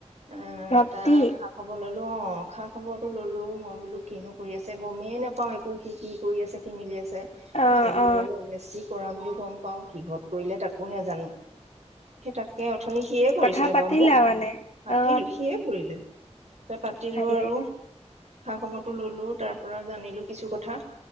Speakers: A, on the right; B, on the left.
A: এ
B: ভক্তি
A: তাৰ খা খাব ললো অ। খা খবৰটো ল'লোঁ, মই বোলো কিনো কৰি আছে গমেই নাপাওঁ একো, সি কি কৰি আছে, কি মিলি আছে। চে
B: অ
A: খালি
B: অ
A: হলে বেছি কৰা বুলি গম পাও কিহত কৰিলে তাকো নাজানো। সেই তাকে অথনি সিয়ে কৰিছিলে
B: কথা পাতিলা
A: বাৰু মোক
B: মানে
A: মাতিলো
B: অ
A: সিয়ে কৰিলে। পাতিলো
B: ভালেই
A: আৰু খা খবৰটো ললো তাৰ পৰা জানিলো কিছু কথা,